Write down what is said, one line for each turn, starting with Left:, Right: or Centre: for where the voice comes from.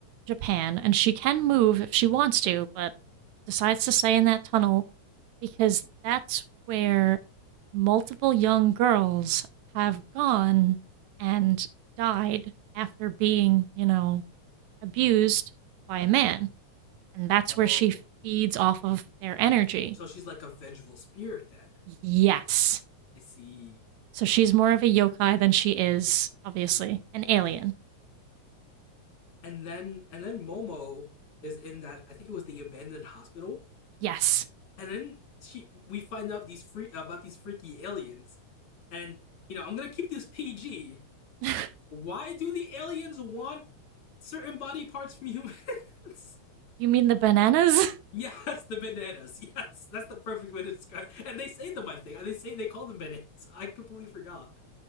Right: Japan, and she can move if she wants to, but decides to stay in that tunnel because that's where multiple young girls have gone and died after being, you know, abused by a man. And that's
Left: <laughs> oh,
Right: where she feeds off of their energy.
Left: So she's like a vengeful spirit then.
Right: Yes.
Left: I see.
Right: So she's more of a yokai than she is, obviously, an alien.
Left: And then and then Momo is in that I think it was the abandoned hospital.
Right: Yes.
Left: And then she we find out these free about these freaky aliens. And you know, I'm going to keep this PG.
Right: <laughs>
Left: Why do the aliens want certain body parts from humans?
Right: you mean the bananas?
Left: <laughs>
Right: <laughs>
Left: yes, the bananas. Yes, that's the perfect way to describe. It. And they say them, I think. They say they call them bananas. <laughs> I completely forgot.